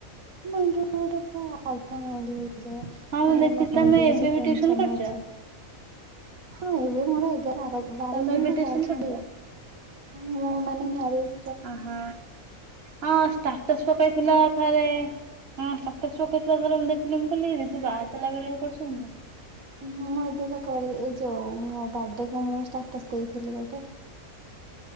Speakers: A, on the right (about 80°); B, on the right (about 50°).
A: ମାଇଣ୍ଡି ରେ ଗୋଟେ ପୁରା ଅଲଗା ମାଇଣ୍ଡି ହେଇଯାଏ।
B: ହଁ ମୁଁ
A: ନାଇଁ
B: ଦେଖିଛି ତମେ
A: ଯୋଉଁ
B: ଏବେ
A: କିଛି
B: ବି
A: ଟେନସନ୍
B: ଟିଉସନ କରୁଛ
A: ଅଛି। ହଁ ଏବେ ମୋର ଏଗାର ବାର ବାର
B: ତମେ
A: ଜଣ
B: ଏବେ
A: ପିଲା
B: ଟିଉସନ
A: ଅଛନ୍ତି।
B: କରୁଛ?
A: ମୁଁ ମାନେ ମ୍ୟାରେଜ୍
B: ଅଁ ହୋ ହଁ ଷ୍ଟାଟସ୍ ପକେଇଥିଲ ଥରେ। ହଁ ଷ୍ଟାଟସ୍ ପକେଇ ଥିଲ ଥରେ ମୁଁ ଦେଖଥିଲି ମୁଁ କହିଲି ଦିଦି ବାହା ହେଇ ସାଇଲା ପରେ ବି କରୁଛନ୍ତି।
A: ହୁଁ ମୁଁ ଏବେ ପା କରେ ଏଇ ଯୋଉଁ ମୋ ବାର୍ଥଡେ କୁ ମୁଁ ଷ୍ଟାଟସ ଦେଇଥିଲି ଗୋଟେ।